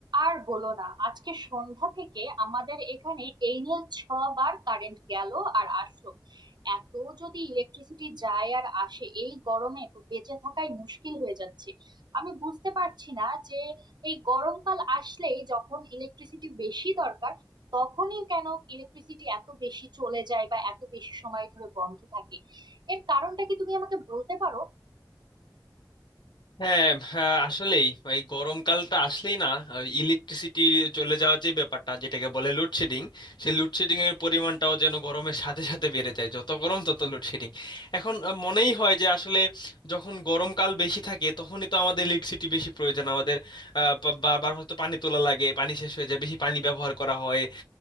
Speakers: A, on the right; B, on the left.
A: আর বলো না আজকে সন্ধ্যা থেকে আমাদের এখানে এই নিয়ে ছবার কারেন্ট গেল আর আসলো এত যদি ইলেকট্রিসিটি যায় আর আসে এই গরমে তো বেঁচে থাকাই মুশকিল হয়ে যাচ্ছে আমি বুঝতে পারছি না যে এই গরমকাল আসলেই যখন ইলেকট্রিসিটি বেশি দরকার তখনই কেন ইলেকট্রিসিটি এত বেশি চলে যায় বা এত বেশি সময় ধরে বন্ধ থাকে এর কারণটা কি তুমি আমাকে বলতে পারো
B: হ্যাঁ হ্যাঁ, আসলেই এই গরমকালটা আসলেই না ইলেকট্রিসিটি চলে যাওয়ার যে ব্যাপারটা যেটাকে বলে লোডশেডিং সেই লোডশেডিং এর পরিমাণটাও যেন গরমের সাথে সাথে বেড়ে যায় যত গরম তত লোডশেডিং এখন আহ, মনেই হয় যে আসলে যখন গরমকাল বেশি থাকে তখনই তো আমাদের ইলেকট্রিসিটি বেশি প্রয়োজন আমাদের আহ, বা- বারবার হয়তো পানি তোলা লাগে পানি শেষ হয়ে যায় বেশি পানি ব্যবহার করা হয়